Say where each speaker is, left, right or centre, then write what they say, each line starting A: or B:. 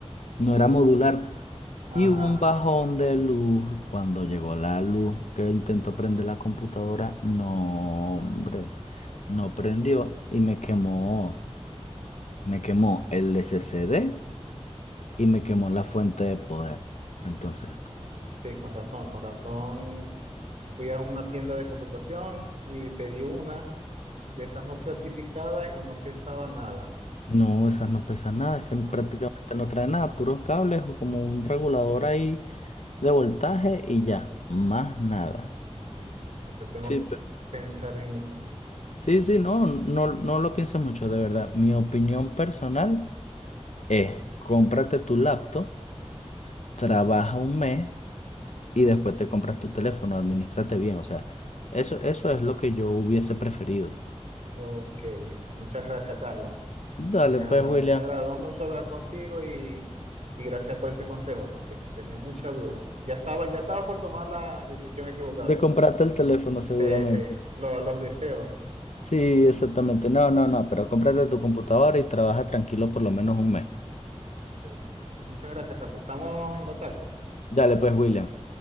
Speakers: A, on the left; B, on the right.
A: No era modular.
B: Ajá,
A: Y hubo un bajón de luz. Cuando llegó la luz que intentó prender la computadora, no, hombre, no prendió y me quemó, me quemó el SSD y me quemó la fuente de poder. Entonces.
B: sí, con razón, con razón. Fui a una tienda de computación y pedí una de esas no certificadas y no pesaba nada.
A: No, esas no pesan nada, es que
B: No,
A: prácticamente no trae nada, puros cables o como un regulador ahí de voltaje y ya, más nada.
B: sí. Entonces tengo
A: Sí,
B: que
A: pero...
B: pensar en eso.
A: Sí, sí, no, no, no lo pienses mucho, de verdad. Mi opinión personal es, cómprate tu laptop, trabaja un mes y después te compras tu teléfono, administrate bien, o sea, eso, eso es lo que yo hubiese preferido.
B: Ok, muchas gracias, Carlos.
A: Dale,
B: Me, agra-
A: pues, William,
B: me agradó mucho hablar contigo y, y gracias por ese consejo, porque tenía mucha duda. Ya estaba, ya estaba por tomar la decisión equivocada.
A: de comprarte el teléfono seguramente.
B: Eh, sí, lo- los deseos.
A: Sí, exactamente. No, no, no, pero cómprate tu computadora y trabaja tranquilo por lo menos un mes.
B: sí. Muchas gracias, Carlos. Estamos en contacto.
A: Dale, pues, William.